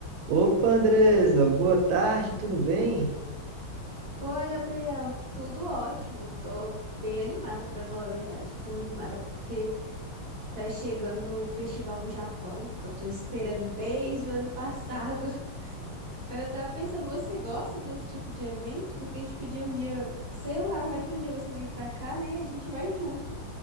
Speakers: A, on the right; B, on the right.
A: Opa, Andresa, boa tarde, tudo bem?
B: Oi, Gabriel, tudo ótimo. Tô bem animada, pra falar a verdade. Tô animada porque tá chegando o Festival do Japão, que eu tô esperando desde o ano passado. <laughs> Aí Eu tava pensando, você gosta desse tipo de evento? Porque a gente podia um dia, sei lá, vai que um dia você vem pra cá, né? A gente vai junto.